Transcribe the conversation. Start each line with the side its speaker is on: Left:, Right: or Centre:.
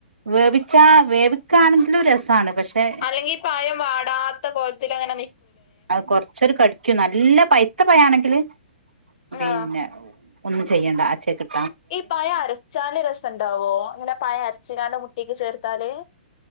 Right: വേവിച്ചാ വേവിക്കാണെങ്കിലും രസാണ് പക്ഷെ
Left: അല്ലെങ്കി പയം വാടാത്ത പോ ത്തിലങ്ങനെ
Right: അത് കൊറച്ചൊരു കടിക്കും നല്ല പൈത്ത പയാണെങ്കില്
Left: ആ
Right: പിന്നെ ഒന്നും ചെയ്യേണ്ട അച്ചൽക്ക്‌ട്ട
Left: ഈ പഴം അരച്ചാല് രസംണ്ടാവോ ഇങ്ങനെ പഴം അരച്ചികാണ്ട് മുട്ടീക്ക് ചേർത്താല്?